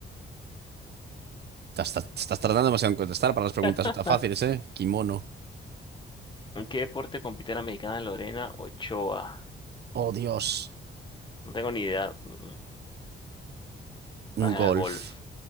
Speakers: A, on the right (about 60°); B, on the left (about 25°).
A: Te estás, te estás tardando demasiado en contestar para las preguntas
B: <laughs>
A: tan fáciles, ¿eh? Kimono.
B: ¿En qué deporte compite la mexicana Lorena Ochoa?
A: Oh, Dios.
B: No tengo ni idea. Mm, Ah,
A: Golf.
B: golf.